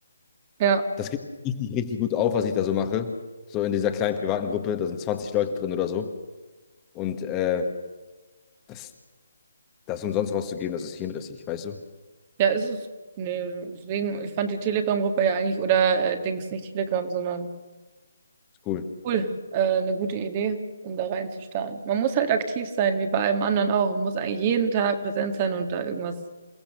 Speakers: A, on the right (about 25°); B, on the left (about 20°).
A: ja.
B: Das geht richtig, richtig gut auf, was ich da so mache. So in dieser kleinen privaten Gruppe, da sind 20 Leute drin oder so. Und äh, das, das umsonst rauszugeben, das ist hirnrissig, weißt du?
A: Ja, ist es. Nee, deswegen, ich fand die Telegram-Gruppe ja eigentlich, oder äh, Dings, nicht Telegram, sondern
B: Ist cool.
A: Cool, äh, eine gute Idee, um da reinzustarten. Man muss halt aktiv sein, wie bei allem anderen auch. Man muss eigentlich jeden Tag präsent sein und da irgendwas